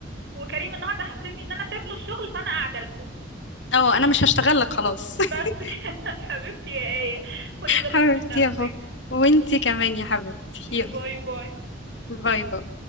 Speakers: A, on the right (about 70°); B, on the left (about 80°).
A: وكريم النهارده حسسني ان انا سايب له الشغل فانا قاعده لكم
B: اه أنا مش هشتغل لك خلاص <laughs>
A: بس كده <laughs> حبيبتي يا آية خدي بالك
B: حبيبتي
A: من نفسك
B: يا فوفا وانتي كمان يا حبيبتي يلا
A: باي باي باي
B: باي باي